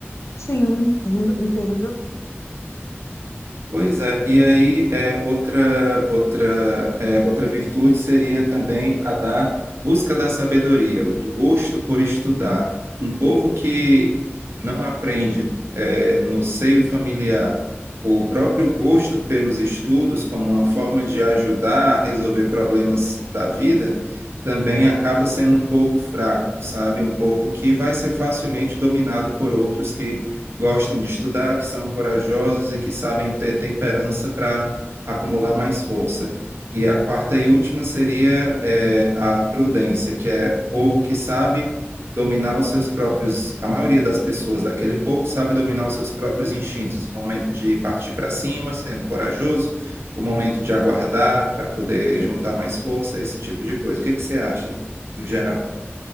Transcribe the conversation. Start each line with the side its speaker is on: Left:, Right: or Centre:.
Left: sim, entendo, entendo.
Right: Pois é, e aí é, outra outra é, outra virtude seria também a da busca da sabedoria, o do gosto por estudar. Um povo que não aprende é, no seio familiar o próprio gosto pelos estudos como uma forma de ajudar a resolver problemas da vida, também acaba sendo um povo fraco, sabe? Um povo que vai ser facilmente dominado por outros que gostam de estudar, que são corajosos e que sabem ter temperança para acumular mais força. E a quarta e última seria eh, a prudência, que é o povo que sabe dominar os seus próprios, a maioria das pessoas daquele povo sabe dominar os seus próprios instintos, o momento de partir para cima, sendo corajoso, o momento de aguardar para poder juntar mais força, esse tipo de coisa. O que que você acha, no geral?